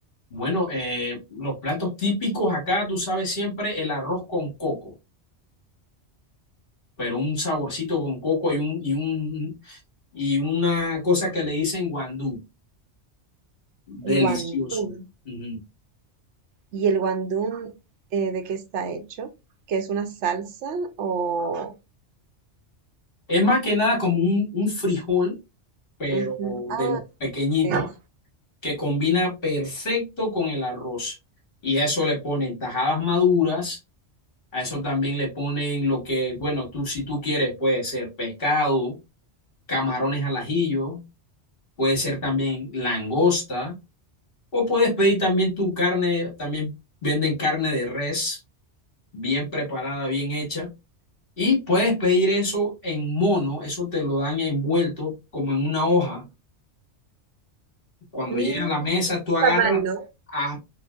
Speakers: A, on the left (about 55°); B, on the right (about 80°).
A: Bueno, eh, los platos típicos acá, tú sabes siempre, el arroz con coco. pero un saborcito con coco y, un, y, un, y una cosa que le dicen guandú. Delicioso.
B: Guandún.
A: Ujú.
B: ¿Y el guandún eh, de qué está hecho? ¿Que es una salsa o...?
A: Es más que nada como un, un frijol, pero
B: Ujú. Ah,
A: de los pequeñitos,
B: ok.
A: que combina perfecto con el arroz. Y a eso le ponen tajadas maduras, a eso también le ponen lo que, bueno, tú si tú quieres puede ser pescado, camarones al ajillo, puede ser también langosta O puedes pedir también tu carne, también venden carne de res, bien preparada, bien hecha. Y puedes pedir eso en mono, eso te lo dan envuelto como en una hoja. Cuando
B: Mm,
A: llega a la mesa, tú
B: está
A: agarras
B: mal, ¿no?
A: has